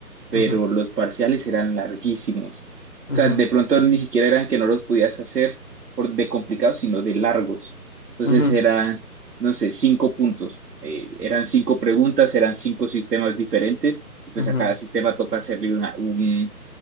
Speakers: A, on the right (about 80°); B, on the left (about 50°).
A: pero
B: ujú,
A: los parciales eran larguísimos.
B: ujú,
A: O sea, de pronto ni siquiera eran que no los podías hacer por, de complicados, sino de largos. Entonces
B: ujú,
A: eran, no sé, cinco puntos. Eh, eran cinco preguntas, eran cinco sistemas diferentes. y Pues
B: ujú.
A: a cada sistema toca hacerle una- un,